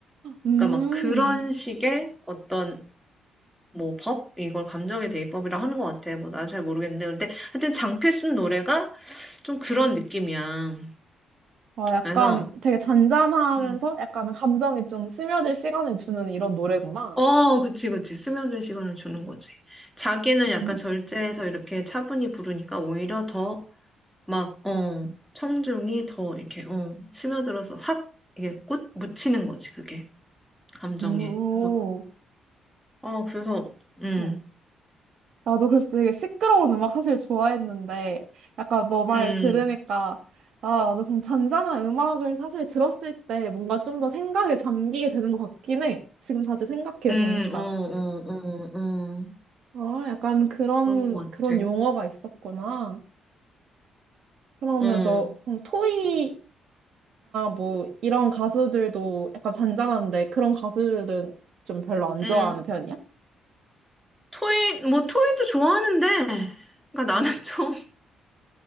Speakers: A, on the right; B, in the centre.
A: 음,
B: 그러니까 막 그런 식의 어떤 뭐 법? 이걸 감정의 대입법이라 하는 것 같아. 뭐 난 잘 모르겠는데. 근데 하여튼 장필순 노래가 좀 그런 느낌이야.
A: 아, 약간
B: 그래서
A: 되게 잔잔하면서
B: 음.
A: 약간 감정이 좀 스며들 시간을 주는 이런 노래구나.
B: 어, 그치, 그치. 스며들 시간을 주는 거지. 자기는 약간
A: 음,
B: 절제해서 이렇게 차분히 부르니까 오히려 더 막, 어, 청중이 더 이렇게, 어, 스며들어서 확 이게 꽃 묻히는 거지, 그게. 감정에.
A: 음, 오.
B: 그래서, 어, 그래서, 음,
A: 응. 나도 그래서 되게 시끄러운 음악 사실 좋아했는데, 약간 너 말
B: 음,
A: 들으니까, 아, 나도 그럼 잔잔한 음악을 사실 들었을 때 뭔가 좀 더 생각에 잠기게 되는 것 같긴 해. 지금 다시 생각해
B: 음,
A: 보니까.
B: 어, 어, 어, 어.
A: 아, 약간 그런,
B: 그런 거
A: 그런
B: 같아.
A: 용어가 있었구나. 그러면
B: 어,
A: 너, 그럼 토이나 뭐 이런 가수들도 약간 잔잔한데 그런 가수들은 좀 별로 안
B: 음.
A: 좋아하는 편이야?
B: 토이, 뭐, 토이도 좋아하는데, 그러니까 나는 <laughs> 좀